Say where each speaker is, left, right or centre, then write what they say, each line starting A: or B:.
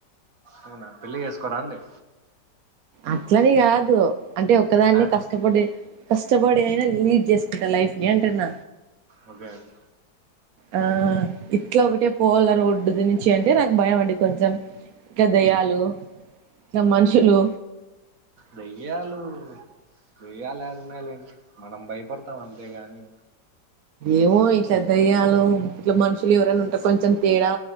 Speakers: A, on the right; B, on the right.
A: అవునా పెళ్ళి చేసుకోరా అండి
B: అట్లని గాదు అంటే ఒక్కదాన్ని
A: ఆ,
B: క చెప్పండి కష్టపడి అయినా లీడ్ చేసుకుంటా లైఫ్ ని అంటున్న
A: ఓగే అయితే
B: ఆ ఇట్లా ఒకటే పోవాల్ల రోడ్డు నుంచి అంటే నాకు భయం అండి కొంచెం ఇంకా దయ్యాలు ఇట్ల మనుషులు
A: దయ్యాలు <unintelligible> మనం భయపడతాం అంతేగాని
B: ఇమో ఇట్లా దయ్యాలో ఇట్లా మనుషులు ఎవరైనా ఉంటే కొంచెం తేడా